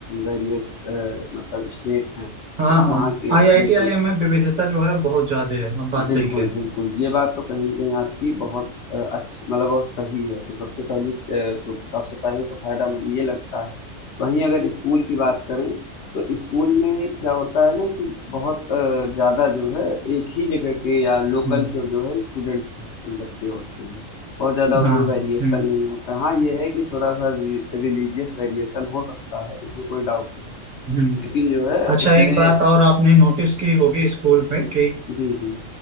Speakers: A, on the left; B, on the right.
A: वेरियस अ, मतलब स्टेट हैं,
B: हाँ
A: तो
B: हाँ
A: वहाँ के
B: I I
A: बिल्कुल,
B: T I M में विविधता जो है बहुत ज्यादा है आप बात
A: बिल्कुल,
B: सही कह रही
A: बिल्कुल।
B: हैं।
A: ये बात तो कहीं न कहीं आपकी बहुत अ, अच्छी मतलब बहुत सही है। तो सबसे पहली अ, तो सबसे पहले तो फ़ायदा मुझे ये लगता है। वहीं अगर स्कूल की बात करें, तो स्कूल में क्या होता है ना कि बहुत अ, ज़्यादा जो है एक ही जगह के या लोकल
B: हम्म
A: के जो है स्टूडेंट्स होते हैं, बच्चे होते हैं। बहुत ज़्यादा उसमें
B: हाँ
A: वेरिएशन
B: हम्म
A: नहीं होता है। हाँ, ये है कि थोड़ा-सा रि रिलीजियस वेरिएशन हो सकता है, इसमें कोई डाउट नहीं है।
B: हम्म
A: लेकिन जो है
B: अच्छा
A: उसमें
B: एक बात और आपने नोटिस की होगी स्कूल में कि
A: जी, जी।